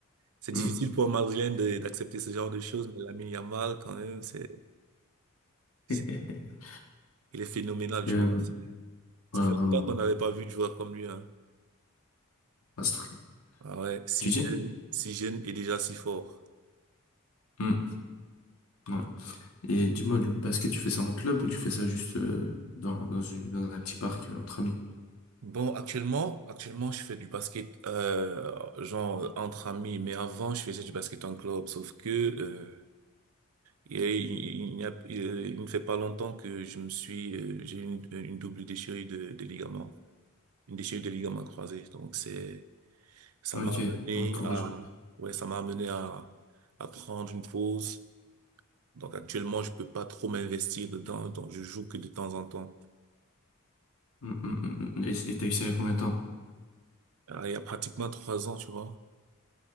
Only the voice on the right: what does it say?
C'est difficile
pour un Madrilène de- d'accepter ce genre de choses, mais Lamine Yamal, quand même, c'est, c'est,
il est phénoménal, tu
vois. C'est- Ça
fait
longtemps qu'on n'avait pas vu de joueur comme lui, hein.
Ah ouais, si
jeune,
si jeune et déjà si fort.
Bon, actuellement, actuellement, je fais du basket, euh, genre entre amis, mais avant, je faisais du basket en club, sauf que, euh, Il, il, n'y a- euh, il ne fait pas longtemps que je me suis, euh, j'ai eu une, une double déchirure de, de ligament, une déchirure de ligaments croisés Donc c'est, ça
m'a amené
à, ouais, ça m'a amené à, à prendre une pause. Donc actuellement, je peux pas trop m'investir dedans, donc je joue que de temps en temps.
Ah, il y a pratiquement trois ans, tu vois.